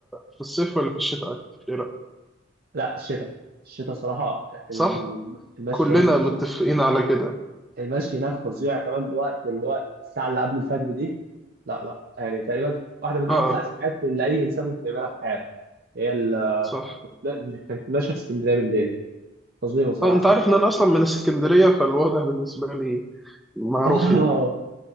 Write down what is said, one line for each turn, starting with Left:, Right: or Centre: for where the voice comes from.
Centre: في الصيف ولا في الشتاء إيه رأيك؟
Right: لا الشتاء الشتاء صراحه الم-
Centre: صح
Right: المشي
Centre: كلنا
Right: هناك- المشي
Centre: متفقين على كده
Right: المشي هناك فظيع كمان بوقت اللي هو الساعه اللي قبل الفجر دي لا لا يعني تقريبا واحده من امتع
Centre: آه آه،
Right: الحاجات اللي اي انسان ممكن يعملها في حياته هي ال-
Centre: صح
Right: انك تتمشى في اسكندريه بالليل فظيعه صراحه
Centre: طيب انت
Right: اسكندريه
Centre: عارف ان انا اصلا من اسكندريه فالوضع بالنسبه لي معروف
Right: اه
Centre: يعني